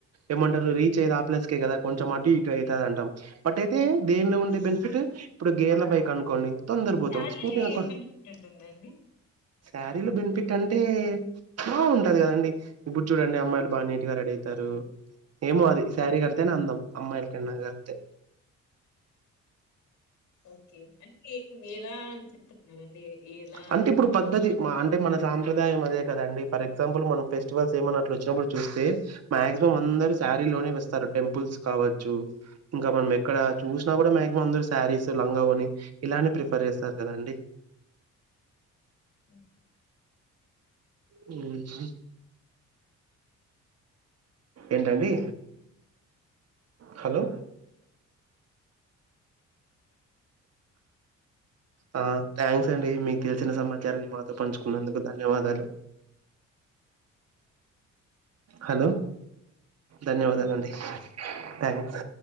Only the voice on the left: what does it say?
హుహు.
శారీలో
ఏం బెనిఫిట్ ఉంటుందండి?
ఓకే ఏం <inaudible> ఇలా అని చెప్తున్నార్ డి ఇలా <unintelligible>
హ్మ్.